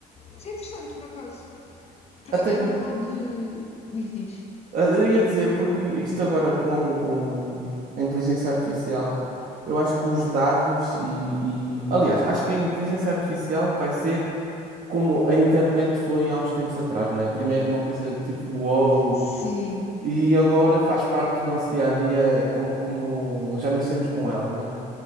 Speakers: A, on the left; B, on the right.
A: isso é interessante, por acaso. Por
B: até porque
A: a nível de. Diz,
B: Ah, Eu ia dizer, porque isto agora com, com a inteligência artificial, eu acho que os dados e, e- Aliás, acho que a inteligência artificial vai ser como a internet foi há uns tempos atrás, não é? Primeiro uma coisa tipo wow,
A: Sim.
B: e agora faz parte do nosso dia a dia, como, como já nascemos com ela, não é?